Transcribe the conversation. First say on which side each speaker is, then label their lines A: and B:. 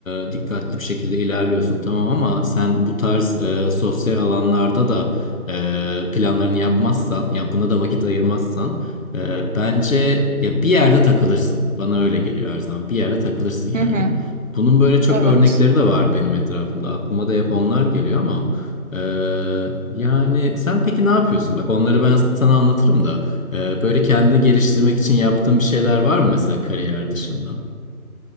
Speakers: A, on the left; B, on the right.
A: e, dikkatli bir şekilde ilerliyorsun tamam ama sen bu tarz e, sosyal alanlarda da e, planlarını yapmazsan ya buna da vakit ayırmazsan e, bence ya bir yerde takılırsın. Bana öyle geliyor her zaman. Bir yerde takılırsın yani.
B: Hı hı,
A: Bunun böyle çok
B: evet.
A: örnekleri de var benim etrafımda. Aklıma da hep onlar geliyor ama e, yani sen peki ne yapıyorsun? Bak onları ben sana anlatırım da. Ee, Böyle kendini geliştirmek için yaptığın bir şeyler var mı mesela kariyer dışında?